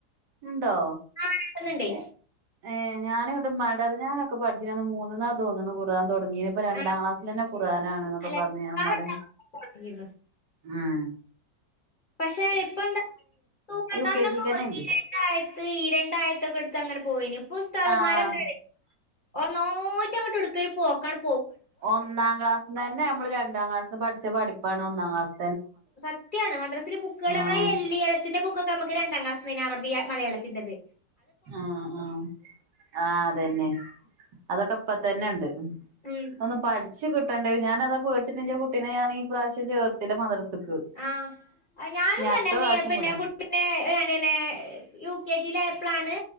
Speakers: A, on the right (about 75°); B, on the left (about 35°).
A: ഉണ്ടോ
B: ആ രണ്ടെണ്ണണ്ടേ
A: എ ഏ ഞാൻ ഇവിടുമ്മാ <unintelligible> ഞാനൊക്കെ പഠിച്ചീനന്ന് മൂന്നിന്നാ തോന്നുണു ഖുറാൻ തൊട ഈനിപ്പോ രണ്ടാം
B: ആ
A: ക്ലാസ്സിലെന്നെ ഖുറാനാണ്ന്നൊക്കെ
B: അല്ല
A: പറഞ്ഞു ഞാന്മാടെ
B: വേറെ
A: ആഹ
B: പക്ഷെ ഇപ്പ <unintelligible>
A: യു
B: അന്നൊക്കെ
A: കെ ജിക്കെന്നെ
B: <unintelligible>
A: ഇണ്ട്
B: ഈരണ്ടായത്ത് ഈരണ്ടായത്തൊക്കെ എടു തങ്ങനെ പോവേനു ഇപ്പുസ്താത്
A: ആഹ്
B: മാരെന്ത <inaudible> ഒന്നോറ്റങ്ങോട്ട് എടുത്തൊരുപോക്കാണ്
A: ഒന്നാം ക്ലാസ്സിതന്നെ നമ്മൾ രണ്ടാം ക്ലാസ്സിന്ന് പഠിച്ച പഠിപ്പാണ് ഒന്നാം ക്ലാസ്
B: സത്യാണ് മദ്രസില് ബുക്കേളമ്മളൈ
A: ആഹ്
B: എല്ലിയളത്തിന്റെ ബുക്കൊക്കെ നമുക്ക് രണ്ടാം ക്ലാസ്നാണോ <unintelligible> അറബിയ മലയാളത്തിന്റെത്
A: ആ ആ ആ അതന്നെ അതൊക്കെ ഇപ്പത്തന്നെണ്ട്
B: ഉം
A: ഒന്ന് പഠിച്ചു കിട്ടണ്ടേ ഞാനതാ പേടിച്ചിട്ട് എൻ്റെ കുട്ടീനെ ഞാൻ ഈ പ്രാവശ്യം ചേർത്തില്ല മദ്രസക്ക്
B: ആഹ ഞാനും
A: ഇനി
B: തന്നെ
A: അടുത്ത
B: മീ
A: പ്രാവശ്യം
B: പിന്നെ
A: വിടാ
B: കുട്ടീന്നെ പിന്നെ പിന്നേ യു കെ ജിയിലയപ്പളാണ്.